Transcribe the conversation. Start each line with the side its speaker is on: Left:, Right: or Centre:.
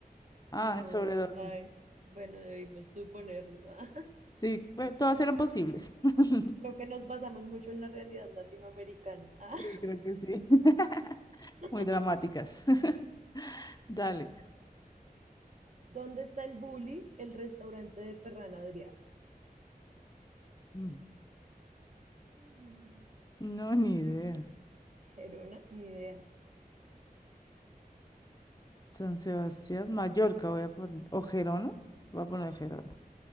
Left: Ah,
Right: No,
Left: en sobredosis.
Right: ay, bueno, debimos suponerlo. ah. <laughs>
Left: Sí, bueno, todas eran posibles. <laughs>
Right: Creo que nos basamos mucho en la realidad latinoamericana. ah.
Left: Sí, creo que sí. <laughs>
Right: <laughs>
Left: Muy dramáticas. <laughs> Dale.
Right: ¿Dónde está el Bully, el restaurante de Ferran Adrià?
Left: Mm,
Right: Mm,
Left: No, ni idea.
Right: Gerona, ni idea.
Left: San Sebastián, Mallorca voy a poner. ¿O Gerona? Voy a poner Gerona.